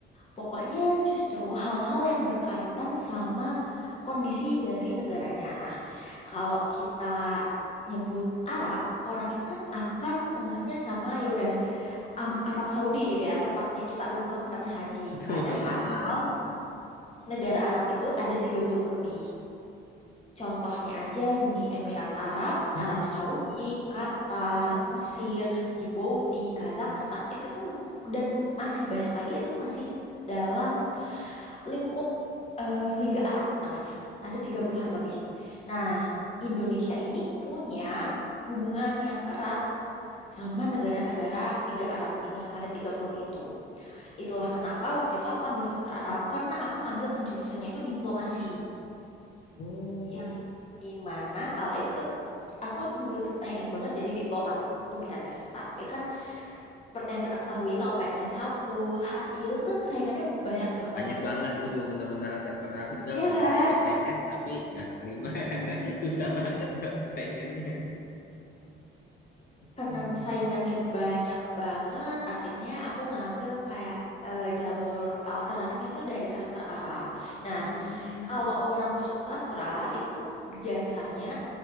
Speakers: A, on the left (about 35°); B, on the left (about 50°).
A: Pokoknya justru hal-hal yang berkaitan sama kondisi dari negaranya. Nah, kalau kita nyebut Arab, orang itu kan akan ngehnya sama ya udah Am- Arab Saudi gitu ya, tempatnya kita umroh, tempatnya haji.
B: Betul
A: Padahal
B: betul banget.
A: negara Arab itu ada 30 lebih. Contohnya aja Uni Emirat Arab,
B: Hmm.
A: Arab Saudi, Qatar, Mesir, Djibouti, Kazakhstan, itu tuh dan masih banyak lagi itu tuh masih dalam lingkup eh, Liga Arab namanya. Ada 30-an lebih. Nah, Indonesia ini punya hubungan yang erat sama negara-negara Liga Arab ini yang ada 30 itu. Itulah kenapa waktu itu aku ambil sastra Arab karena aku ngambil penjurusannya itu diplomasi.
B: Oh.
A: Yang dimana kala itu tuh aku dulu tuh pengen banget jadi diplomat to be honest. Tapi kan seperti yang kita ketahui kalau PNS 1, HI itu kan saingannya banyak banget.
B: Banyak banget usul bener-bener aku juga
A: Ya
B: pernah
A: kan?
B: ikut PNS tapi nggak keterima <laughs> karena susah banget dok, saingannya.
A: Karena
B: Tuh.
A: saingannya banyak banget, akhirnya aku ngambil kayak eh, jalur alternatifnya tuh dari sastra Arab. Nah,
B: Hmm.
A: Kalau orang masuk sastra itu tuh biasanya